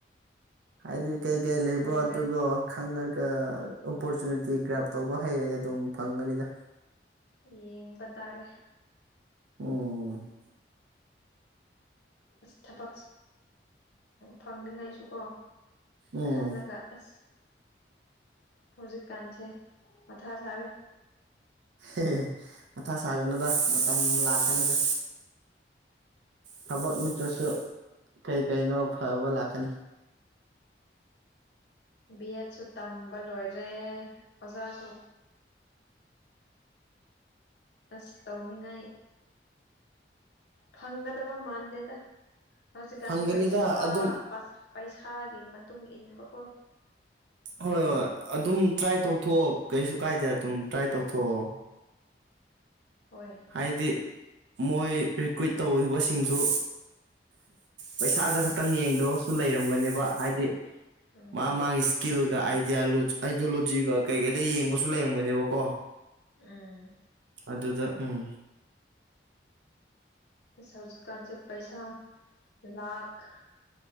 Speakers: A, on the right; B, on the left.
A: ꯍꯥꯏꯗꯤ ꯀꯩ ꯀꯩ ꯂꯩꯕ꯭ꯔꯣ
B: ꯈꯪꯗ꯭ꯔꯦ
A: ꯑꯗꯨꯗꯣ ꯈꯪꯉꯒ ꯑꯣꯄꯣꯔꯆꯨꯅꯤꯇꯤ
B: ꯌꯦꯡ
A: ꯒ꯭ꯔꯥꯞ ꯇꯧꯕ ꯍꯩꯔꯦꯗ ꯑꯗꯨꯝ ꯐꯪꯒꯅꯤꯗ
B: ꯌꯦꯡꯕ ꯇꯥꯔꯦ
A: ꯑꯣ
B: ꯑꯁ ꯊꯕꯛ ꯐꯪꯅꯤꯡꯉꯥꯏꯁꯨ ꯀꯣ
A: ꯎꯝ
B: ꯈꯜꯂꯒ ꯑꯁ ꯍꯧꯖꯤꯛꯀꯥꯟꯁꯦ ꯃꯊꯥ ꯁꯔꯦ
A: ꯑꯦ ꯃꯊ ꯁꯥꯒꯅꯨꯗ ꯃꯇꯝ ꯂꯥꯛꯀꯅꯤꯗ ꯊꯕꯛ ꯅꯠꯇ꯭ꯔꯁꯨ ꯀꯩ ꯀꯩꯅꯣ ꯐꯕ ꯂꯥꯛꯀꯅꯤ
B: ꯕꯤ ꯑꯦꯠꯁꯨ ꯇꯝꯕ ꯂꯣꯏꯔꯦ ꯑꯣꯖꯥꯁꯨ ꯑꯁ ꯇꯧꯅꯤꯉꯥꯏ ꯐꯪꯒꯗꯕ ꯃꯥꯟꯗꯦꯗ ꯍꯧꯖꯤꯛꯀꯥꯟꯗꯤ
A: ꯐꯪꯒꯅꯤꯗ
B: ꯄꯩꯁꯥ
A: ꯑꯗꯨꯝ
B: ꯄꯩꯁꯥꯒꯤ ꯃꯇꯨꯡ ꯏꯟꯕꯀꯣ
A: ꯍꯣꯏ ꯍꯣꯏ ꯑꯗꯨꯝ ꯇ꯭ꯔꯥꯏ ꯇꯧꯊꯣꯛꯑꯣ ꯀꯩꯁꯨ ꯀꯥꯏꯗ ꯑꯗꯨꯝ ꯇ꯭ꯔꯥꯏ ꯇꯧꯊꯣꯛꯑꯣ
B: ꯍꯣꯏ
A: ꯍꯥꯏꯗꯤ ꯃꯣꯏ ꯔꯤꯀ꯭ꯔꯨꯏꯠ ꯇꯧꯈꯤꯕꯁꯤꯡꯁꯨ ꯄꯩꯁꯥꯗ ꯈꯛꯇꯪ ꯌꯦꯡꯗꯑꯁꯨ ꯂꯩꯔꯝꯒꯅꯦꯕ ꯍꯥꯏꯗꯤ
B: ꯎꯝ
A: ꯃꯥ ꯃꯥꯒꯤ ꯁꯀꯤꯜꯒ ꯑꯥꯏꯗꯤꯌꯣꯂꯣꯖꯤꯒ ꯀꯩꯀꯩꯗ ꯌꯦꯡꯕꯁꯨ ꯂꯩꯔꯝꯒꯅꯦꯕ ꯀꯣ
B: ꯎꯝ
A: ꯑꯗꯨꯗ ꯎꯝ
B: ꯑ ꯍꯧꯖꯤꯛꯀꯥꯟꯁꯦ ꯄꯩꯁꯥ ꯂꯥꯈ